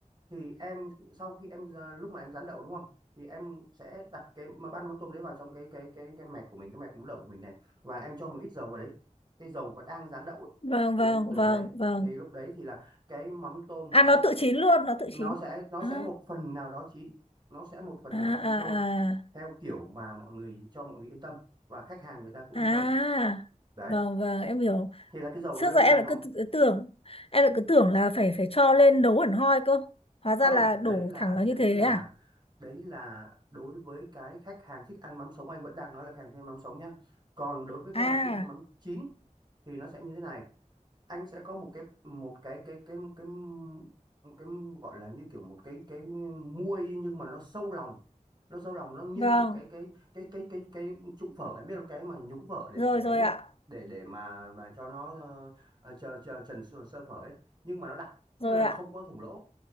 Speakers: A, on the right (about 35°); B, on the left (about 45°).
A: thì em sau khi em ra- lúc mà em rán đậu đúng không thì em sẽ đặt cái mà bát mắm tôm đấy vào trong cái cái cái cái mẹt của mình cái mẹt mú đậu của mình này và em cho một ít dầu vào đấy cái dầu mà đang rán đậu ấy,
B: vâng
A: thì
B: vâng
A: em đổ
B: vâng
A: vào đấy
B: vâng
A: thì lúc đấy thì là cái mắm tôm
B: à
A: nó
B: nó
A: sẽ
B: tự
A: tự
B: chín
A: động
B: luôn nó tự
A: nó
B: chín
A: sẽ nó
B: à
A: sẽ một phần nào đó chín nó sẽ một phần
B: à
A: nào đó chín
B: à
A: thôi
B: à
A: theo kiểu mà mọi người cho mọi người yên tâm và khách hàng người ta cũng
B: à
A: yên tâm đấy
B: vâng vâng em hiểu
A: thì là cái dầu
B: trước
A: nó
B: giờ em
A: đang
B: lại
A: nóng
B: cứ tự- tưởng em lại cứ tưởng là phải phải cho lên nấu hẳn hoi cơ hóa ra
A: không
B: là đổ
A: đấy là
B: thẳng vào như
A: đấy
B: thế
A: là
B: à
A: đấy là đối với cái khách hàng thích ăn mắm sống anh vẫn đang nói là khách hàng thích ăn mắm sống nhá còn đối với khách
B: à
A: hàng thích ăn mắm chín thì nó sẽ như thế này anh sẽ có một cái một cái cái cái cái một cái gọi là như kiểu một cái cái muôi nhưng mà nó sâu lòng nó sâu lòng nó như
B: vâng
A: một cái cái cái cái cái cái trụ phở em biết là cái mà nhúng phở để
B: rồi
A: để
B: rồi
A: ấy,
B: ạ
A: để để mà mà cho nó ờ, ờ, chờ chờ trần sơ sơ phở ấy nhưng mà nó đặc
B: rồi
A: tức là nó
B: ạ
A: không có thủng lỗ